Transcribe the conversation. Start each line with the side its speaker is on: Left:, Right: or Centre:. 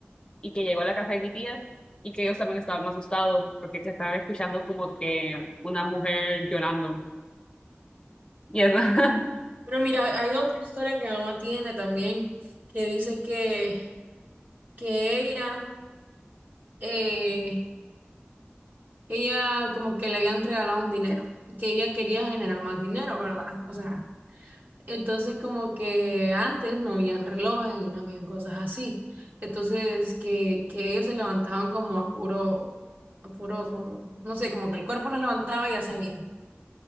Left: y que llegó a la casa de mi tía y que ellos también estaban asustados porque que estaban escuchando como que una mujer llorando. Y eso, <laughs>
Right: Pero mira, hay otra historia que mi mamá tiene también, que dice que, que ella, eh, ella como que le habían regalado un dinero y que ella quería generar más dinero, ¿verdad? O sea, entonces como que antes no habían relojes y no habían cosas así. Entonces que, que ellos se levantaban como a puro, a puro, como, no sé, como que el cuerpo los levantaba y ya sabían.